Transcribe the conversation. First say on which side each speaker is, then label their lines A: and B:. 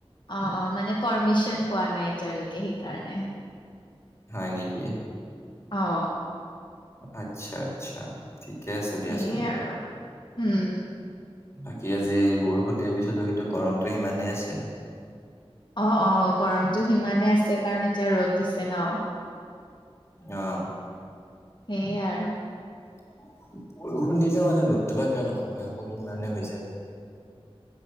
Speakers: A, on the left; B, on the left.
A: অ অ মানে পাৰ্মিশন পোৱা নাই এতিয়ালৈকে সেইকাৰণে
B: হয় নেকি?
A: অ
B: আচ্ছা আচ্ছা ঠিক থিকে আছে দিয়াচোন।
A: সেয়ে আৰু উম,
B: আজি বৰষুণ দিয়াৰ পিছতো কিন্তু গৰমটো সিমানেই আছে
A: অ অ গৰমটো সিমানেই আছে কাৰণ এতিয়া ৰ'দ দিছে ন
B: আহ
A: সেইয়ে আৰু
B: <inaudible> বৰষুণ দিলেও মানে ৰ'দটোৰ পৰা কিয় নকমে আকৌ সিমানে যায় <inaudible>